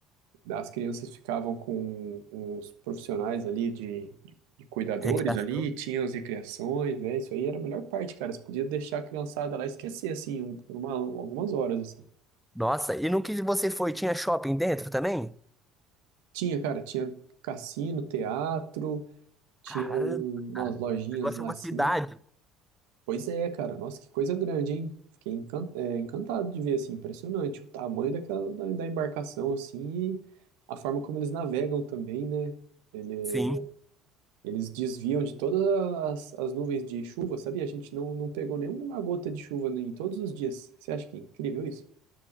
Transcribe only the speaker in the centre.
Recreação.
Nossa, e no que você foi, tinha shopping dentro também?
Caramba,
cara.
O negócio
é uma
cidade.
Sim.